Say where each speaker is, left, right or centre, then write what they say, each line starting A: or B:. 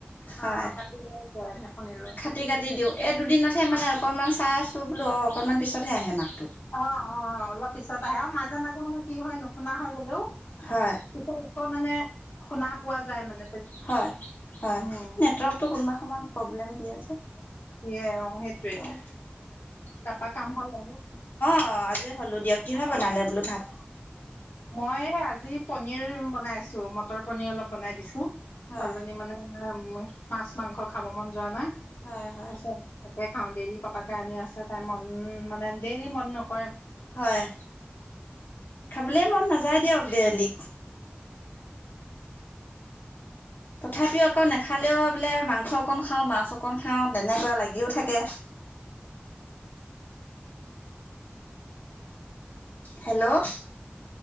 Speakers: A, on the left (about 50°); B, on the left (about 70°).
A: হয়।
B: অ কাটিলে যায় নুশুনিলে
A: খাটি-কাটি দিওঁ এই দুদিনতহে
B: অ
A: মানে অকণমান চাৰ্জ। তো, বোলো অকণমান পিছতহে আহে মাত।
B: অ, অ অলপ পিছত আহে আৰু মাজে-মাজে মানে কি হয় নুশুনা হয় গলেও।
A: হয়
B: পিছত আকৌ মানে শুনা পোৱা যায় মানে।
A: হয়, হয়
B: উম
A: নেতৱৰ্ক কোনোবা সময়ত প্ৰবলেম দিয়ে যে।
B: দে, অ, সেইটোৱে।
A: হয়
B: তাৰাপা কাম হ'ল আৰু।
A: অ, আজি হ'লো দিয়ক কি হয় বনালে বোলো ভাত?
B: মই আজি পনিৰ বনাইছো মটৰ পনিৰ অলপ বনাই দিছো।
A: হয়
B: চালনী মানে মাছ-মাংস খাব মন যোৱা নাই।
A: হয় হয়
B: আছা।। খাওঁ ডেইলি পাপাকে আনি আছে তাই মন মানে ডেইলি মন নকৰে।
A: হয়, খাবলৈ মন নাযায় দিয়ক দেলী। তথাপিও আকৌ নেখালেও বোলে মাংস অকন খাওঁ, মাছ অকন খাওঁ, তেনেকুৱা লাগিও থাকে।
B: <unintelligible>
A: hello